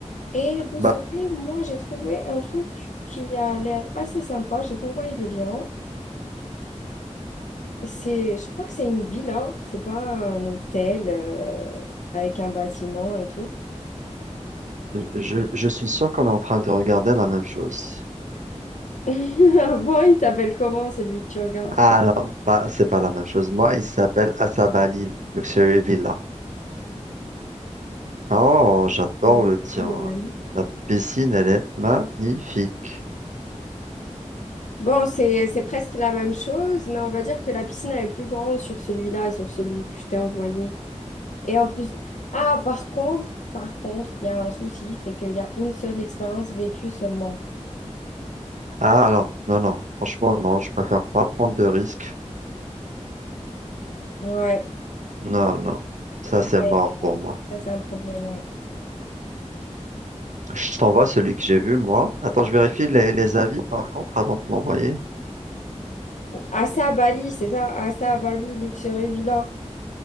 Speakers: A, on the left (about 85°); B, on the right (about 85°).
A: Et de
B: Bah,
A: ce fait, moi, j'ai trouvé un truc qui a l'air assez sympa. Je vais t'envoyer le lien. C'est, je crois que c'est une villa, c'est pas un hôtel euh, avec un bâtiment et tout.
B: je, je suis sûr qu'on est en train de regarder la même chose.
A: <laughs> avant il s'appelle comment celui que tu regardes?
B: Ah non, pas, c'est pas la même chose. Moi, il s'appelle Asabali Luxury Villa. Oh, j'adore
A: Non,
B: le tien.
A: c'est pas le même.
B: La piscine, elle est magnifique.
A: Bon, c'est c'est presque la même chose, mais on va dire que la piscine elle est plus grande sur celui-là et sur celui que je t'ai envoyé. Et en plus, ah, par contre, par contre, il y a un souci, c'est qu'il y a une seule expérience vécue seulement.
B: Ah alors, non, non, franchement, non, je préfère pas prendre de risques.
A: Ouais,
B: Non, non, ça c'est
A: aïe,
B: mort
A: aïe,
B: pour
A: aïe.
B: moi.
A: Ça, c'est un problème, ouais.
B: Je t'envoie celui que j'ai vu, moi. Attends, je vérifie les, les avis, par contre, avant de te l'envoyer.
A: Assez à Bali, c'est ça, assez à Bali, Luxury Villa.